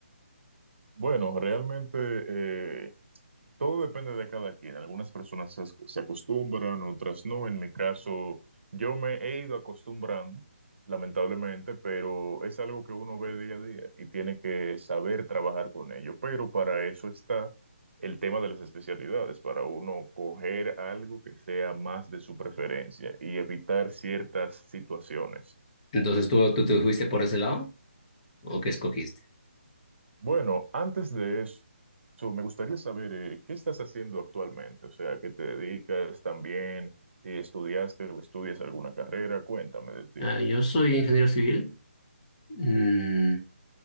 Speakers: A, on the right (about 65°); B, on the left (about 30°).
A: Bueno, realmente eh, Todo depende de cada quien. Algunas personas se se acostumbran, otras no. En mi caso, yo me he ido acostumbrando, lamentablemente, pero es algo que uno ve día a día y tiene que saber trabajar con ello. Pero para eso está el tema de las especialidades, para uno coger algo que sea más de su preferencia y evitar ciertas situaciones.
B: Entonces, ¿tú, tú te fuiste por ese lado? o qué escogiste?
A: Bueno, antes de eso, so, me gustaría saber eh, qué estás haciendo actualmente, o sea, qué te dedicas también, si estudiaste o estudias alguna carrera, cuéntame de ti.
B: Ah, yo soy ingeniero civil, mm,